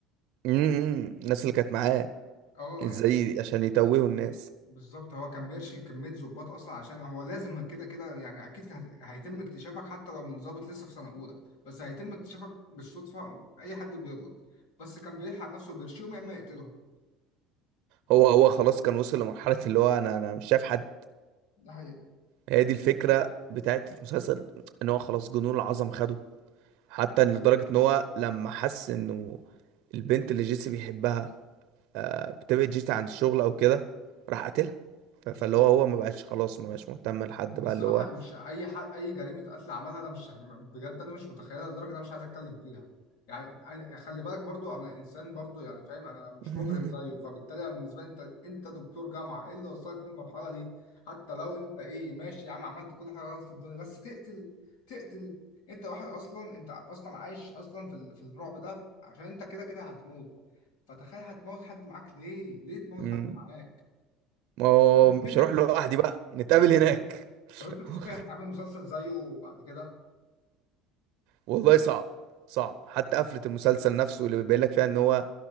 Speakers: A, on the right (about 65°); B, on the left (about 75°).
A: امم الناس اللي كانت معاه
B: اه
A: ازاي
B: يعني
A: عشان يتوهوا الناس
B: بالظبط هو كان بيرشي كمية ظباط أصلا عشان هو لازم كده كده يعني أكيد هت- هيتم اكتشافك حتى لو من ظابط لسه في سنة أولى بس هيتم اكتشافك بالصدفة أي حد بيغلط بس كان بيلحق نفسه بيرشيهم يا إما يقتلهم
A: هو هو خلاص كان وصل لمرحلة اللي هو انا انا مش شايف حد
B: ده حقيقة
A: هي دي الفكرة بتاعت المسلسل ان هو خلاص جنون العظم خده حتى إن لدرجة ان هو لما حس انه البنت اللي جيسي بيحبها آه، بتبعد جيسي عن الشغل او كده راح قتلها ف- فاللي
B: بالظبط
A: هو هو ما بقاش خلاص ما بقاش مهتم لحد
B: انا
A: بقى
B: الصراحه
A: اللي هو
B: مش اي ح... اي جريمه قتل عملها انا مش بجد انا مش متخيلها لدرجه انا مش عايز اتكلم فيها يعني أنا... خلي بالك برضو انا انسان برضو يعني فاهم انا مش
A: <laughs>
B: مجرم زيه فبالتالي أنا بالنسبه لي انت انت دكتور جامعه ايه اللي وصلك للمرحله دي حتى لو انت ايه ماشي يا عم عملت كل حاجه غلط في الدنيا بس تقتل تقتل انت واحد اصلا انت اصلا عايش اصلا في ال... في الرعب ده عشان انت كده كده هتموت فتخيل هتموت حد معاك ليه ليه تموت
A: مم،
B: حد معاك
A: ما هو
B: <laughs>
A: مش
B: تفتكر
A: هروح لوحدي بقى نتقابل هناك
B: طب انت
A: <laughs>
B: تفتكر هتعمل مسلسل زيه بعد كده
A: والله صعب صعب حتى قفلة المسلسل نفسه اللي بيبين لك فيها ان هو